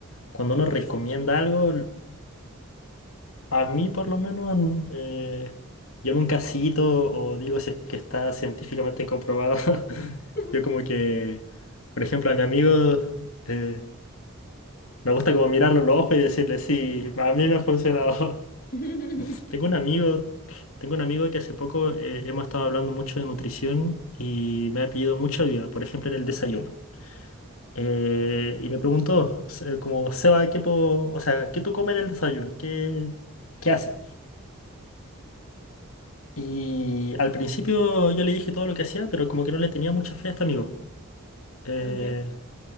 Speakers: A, on the left; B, on the left.
A: cuando uno recomienda algo, A mí por lo menos mm, eh, llamo un casito o digo si es que está científicamente comprobado. <laughs>
B: <laughs>
A: Yo como que, por ejemplo, a mi amigo eh, me gusta como mirarlo en los ojos y decirle, sí, a mí me ha funcionado.
B: <laughs>
A: <laughs> Tengo un amigo, tengo un amigo que hace poco eh, hemos estado hablando mucho de nutrición y me ha pedido mucha ayuda, por ejemplo, en el desayuno. Eh, y me preguntó, eh, como, Seba, ¿qué puedo, o sea, qué tú comes en el desayuno? ¿Qué, qué haces? Y al principio yo le dije todo lo que hacía, pero como que no le tenía mucha fe a este amigo. Eh,
B: Ok.